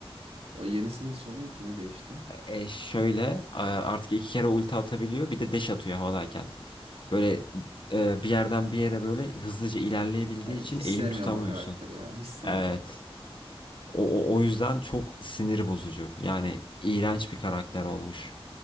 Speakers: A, on the right; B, on the left.
A: O yenisi nasıl oluyor ki ne değişti?
B: Eş şöyle a- artık iki kere ulti atabiliyor. Bir de dash atıyor havadayken. Böyle e, bir yerden bir yere böyle hızlıca ilerleyebildiği
A: Ay,
B: için
A: hiç sevmiyorum
B: eğim tutamıyorsun.
A: o karakteri ya hiç sevmiyorum.
B: Evet. O, o, o yüzden çok sinir bozucu. Yani iğrenç bir karakter olmuş.